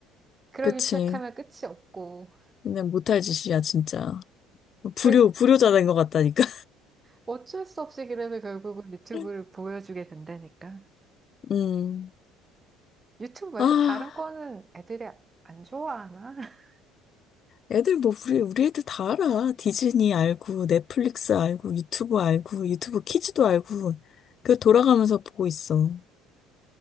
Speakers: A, on the right (about 25°); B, on the left (about 45°).
A: 그러기
B: 그치.
A: 시작하면 끝이 없고.
B: 그냥 못할 짓이야, 진짜. 불효,
A: 그래
B: 불효자 된 것 같다니까.
A: 어쩔 수 없이 그래서 결국은 유튜브를
B: <laughs>
A: 보여주게 된다니까.
B: 음,
A: 유튜브 말고
B: 아,
A: 다른 거는 애들이 안 좋아하나? <laughs>
B: 애들 뭐, 우리, 우리 애들 다 알아. 디즈니 알고, 넷플릭스 알고, 유튜브 알고, 유튜브 키즈도 알고. 그 돌아가면서 보고 있어.